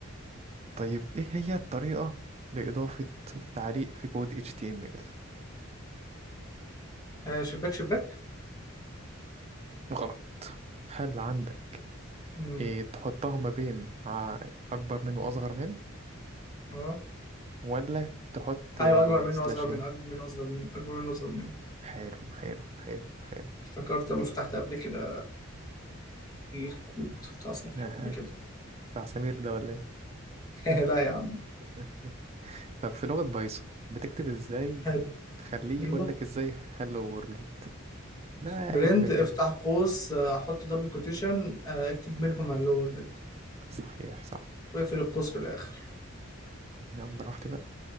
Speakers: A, on the right; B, on the left.
A: طيب ايه هي الطريقة لإضافة تعليق في كود HTML
B: آه شباك شباك
A: غلط هل عندك
B: امم
A: إيه تحطها ما بين ع- أكبر من وأصغر من
B: اه
A: ولا تحط
B: ايوه اكبر منه
A: سلاشين
B: واصغر منه اكبر منه واصغر منه اكبر منه واصغر منه
A: حلو حلو حلو حلو
B: افتكرت لما فتحت قبل كده الكود بتاع صفحة
A: أها
B: قبل كده
A: بتاع سمير ده ولا
B: <laughs> لا يا عم
A: ايه <laughs> طب في لغة بايثون بتكتب ازاي
B: حلو
A: تخليه
B: ايوه
A: يقول لك ازاي هلو وورلد ده
B: برنت
A: ألف ب يعني
B: افتح قوس آه، حط دبل كوتيشن آه، اكتب منهما اللورد
A: صحيح صح
B: واقفل القوس في الاخر
A: يا عم براحتي بقى